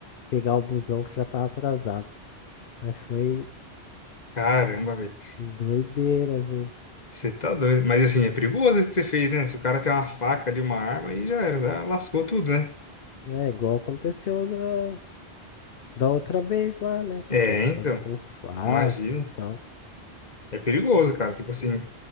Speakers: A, on the left; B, on the left.
A: pegar o busão que já tava atrasado. aí foi
B: Caramba, velho.
A: doideira, assim.
B: Você tá doido. Mas assim, é perigoso o que você fez, né? Se o cara tem uma faca ali, uma arma, aí já era, já lascou tudo, né?
A: É igual aconteceu da, da outra vez lá, né? Que
B: É,
A: os caras
B: então,
A: estavam com faca
B: imagina.
A: e tal.
B: É perigoso, cara. Tipo assim,